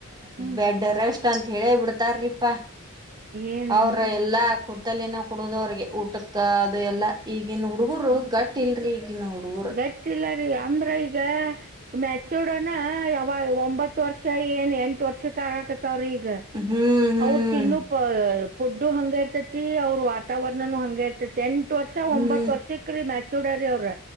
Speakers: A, on the right; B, on the right.
A: ಹ್ಮ್
B: ಬೆಡ್ ರೆಸ್ಟ್ ಅಂತ ಹೇಳೇ ಬಿಡ್ತಾರ್ರಿಪಾ
A: ಏನ್
B: ಅವ್ರ ಎಲ್ಲಾ ಕುಂತಲ್ಲೇ ಕೊಡುದು ಅವ್ರಿಗೆ ಊಟಕ್ಕ ಅದು ಎಲ್ಲಾ ಈಗನ್ ಹುಡುಗರು ಗಟ್ ಇಲ್ರಿ ಈಗಿನ ಹುಡುಗರು
A: ಗಟ್ಟಿಲ್ಲ ರೀ ಅಮ್ರ ಈಗ ಮೆಚೂರ್ಡ್ನ ಯಾವ ಒಂಬತ್ತು ವರ್ಷ ಏನ್ ಎಂಟ ವರ್ಷಕ್ಕೆ ಆಕ ಅವ್ರೀಗ
B: ಹ್ಮ್ ಹ್ಮ್
A: ಅವ್ರ ತಿನ್ನು ಪ ಪೊಡ್ಡು ಹಂಗ ಇರ್ತ ಪ್ರತಿ ಅವ್ರ ವಾತಾವರಣನು ಹಂಗ ಇರ್ತತಿ ಎಂಟಟ್ ವರ್ಷ
B: ಹ್ಮ್
A: ಒಂಬತ್ ವರ್ಷಕ್ ರೀ ಮ್ಯಾಚ್ಯೂರ್ರಿ ಅವ್ರ